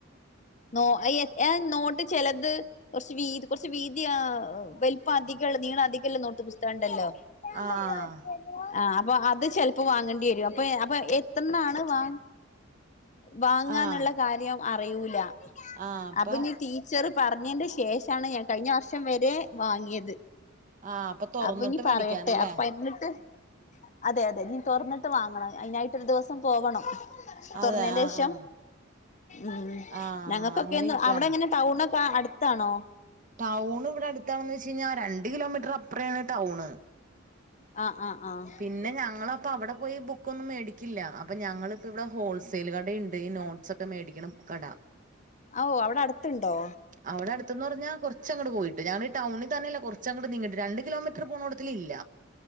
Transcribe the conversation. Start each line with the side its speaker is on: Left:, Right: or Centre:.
Left: നോ ഏയ്‌ ഏഹ് നോട്ട് ചെലത് കൊറച്ച് വീതി കുറച്ച് വീതി ആഹ് വലിപ്പം അധികള്ള നീളം അധികം ഇല്ലെ നോട്ട് പുസ്തകം ഉണ്ടല്ലോ <unintelligible>
Right: ആഹ്
Left: ആഹ് അപ്പൊ അത് ചെൽപ്പൊ വാങ്ങണ്ട്യേരും അപൊ അപൊ എത്തര്നാണ് വാ വാങ്ങാന്ന്ള്ള
Right: ആഹ്
Left: കാര്യം അറിയൂല
Right: ആഹ് അപ്പ
Left: അപ്പൊഞി തീ ച്ചറ് പറഞ്ഞീന്റെ ശേഷാണ് ഞാ കഴിഞ്ഞ വർഷം വെരേ വാങ്ങ്യത്
Right: ആഹ് അപ്പൊ തൊറന്നിട്ട്
Left: അപ്പൊഞി പറയട്ടെ
Right: മേടിക്കാനല്ലേ
Left: അപ്പൊ എന്നിട്ട് അതെ അതെ നീ തൊറന്നിട്ട് വാങ്ങണം അതിനായിട്ടൊരു ദിവസം പോവണം
Right: അതെ
Left: തുറന്നേന്റേശം
Right: ആഹ് ആഹ്
Left: ഉം
Right: ആഹ്
Left: ഞങ്ങൾക്കൊക്കേന്ന്
Right: ആഹ് അങ്ങനെ ഇരിക്കാണ്
Left: അവടെ എങ്ങനെ ടൗണൊക്ക അട്ത്താണൊ
Right: ടൗൺ ഇവടെ അട്ത്താണോയ്ച്ച് കഴിഞ്ഞ രണ്ട് കിലോമീറ്റർ അപ്പ്രയാണ് ടൗണ്
Left: ആഹ് ആഹ് ആഹ്
Right: പിന്നെ ഞങ്ങള ഇപ്പ അവടെ പോയി ബുക്കൊന്നും മേടിക്കില്ല അപ്പ ഞങ്ങളിപ്പൊ ഇവടെ ഹോൾസെയിൽ കടയ്ണ്ട് ഈ നോട്ട്സൊക്ക മേടിക്ക്യണ കട
Left: അവ് അവടെ അടുത്ത്ണ്ടോ
Right: അവിടെ അടുത്ത്ന്ന് പർഞ്ഞ കൊറ്ച്ച് അങ്ങ്ട് പോയിട്ട് ഞങ്ങള് ടൗണി തന്നെല്ല കൊറ്ച്ച അങ്ങ്ട് നീങ്ങിട്ട് രണ്ട് കിലോമീറ്റ്ർ പോണൊടത്തിലില്ല